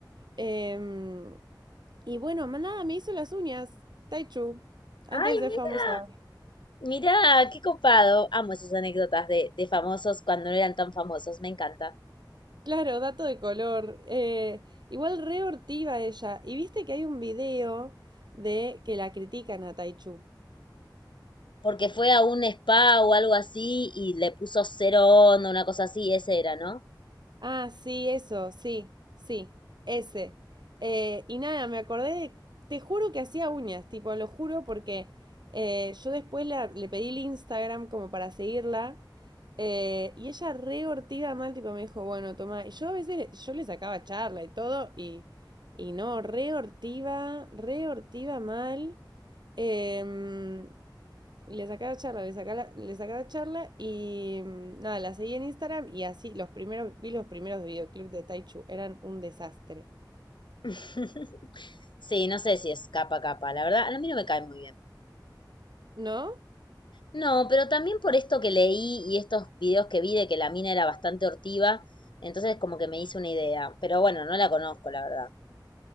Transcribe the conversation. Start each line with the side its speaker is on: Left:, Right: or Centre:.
Right: Em, y bueno, más nada, me hizo las uñas, Taichu, antes
Left: Ay,
Right: de ser
Left: mira,
Right: famosa.
Left: mira, qué copado. Amo esas anécdotas de, de famosos cuando no eran tan famosos. Me encanta.
Right: Claro, dato de color. Eh, igual re hortiva ella. Y viste que hay un video de que la critican a Taichu.
Left: Porque fue a un spa o algo así y le puso cero onda, una cosa así. Ese era, ¿no?
Right: Ah, sí, eso, sí, sí, ese. Eh, y nada, me acordé de, te juro que hacía uñas, tipo, lo juro porque eh, yo después la- le pedí el Instagram como para seguirla eh, y ella re ortiga mal, tipo, me dijo, bueno, toma, y yo a veces, yo le sacaba charla y todo y, y no, re ortiva, re ortiva mal. Em, y le saca la charla, le saca la, le saca la charla y mm, nada, la seguí en Instagram y así los primeros, vi los primeros videoclips de Taichu, eran un desastre.
Left: <laughs> Sí, no sé si es capa capa. La verdad, a mí no me cae muy bien.
Right: ¿No?
Left: No, pero también por esto que leí y estos videos que vi de que la mina era bastante hortiva. Entonces como que me hice una idea. Pero bueno, no la conozco, la verdad.